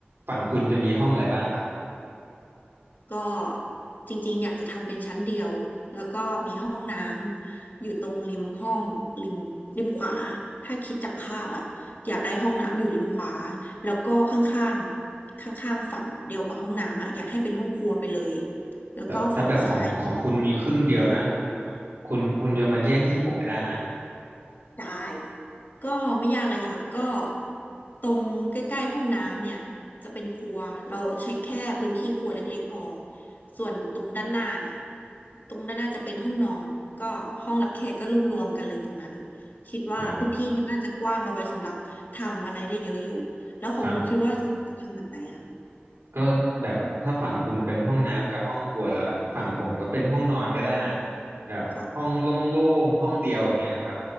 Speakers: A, on the right; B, on the left.
A: ฝั่งคุณจะมีห้องอะไรบ้างครับ
B: ก็จริงๆอยากจะทำเป็นชั้นเดียวแล้วก็มีห้องน้ำอยู่ตรงริมห้องริมริมขวาถ้าคิดจากภาพอะอยากได้ห้องน้ำอยู่ริมขวาแล้วก็ข้างๆข้างๆฝั่งเดียวกับห้องน้ำอะอยากให้เป็นห้องครัวไปเลยแล้วก็ฝั่งซ้าย
A: แต่แต่แบบของของคุณมีครึ่งเดียวนะคุณคุณคุณจะมาแย่งที่ผมไม่ได้นะ
B: ได้ก็ไม่ยากเลยค่ะก็ตรงใกล้ๆห้องน้ำเนี่ยจะเป็นครัวเราเช็คแค่พื้นที่ครัวเล็กๆพอส่วนตรงด้านหน้าเนี่ยตรงด้านหน้าจะเป็นห้องนอนก็ห้องรับแขกก็รวมๆกันเลยตรงนั้นคิดว่าพื้นที่มันน่าจะกว้างเอาไว้สำหรับทำอะไรได้เยอะอยู่แล้วของคุณคิดว่าจะทำแบบไหนอ่ะ
A: อ๋อครับก็แบบถ้าฝั่งคุณเป็นห้องน้ำกับห้องครัวแล้วฝั่งผมก็เป็นห้องนอนก็ได้นะแบบห้องโล่งๆห้องเดียวอย่างเงี้ยครับ
B: ก่อน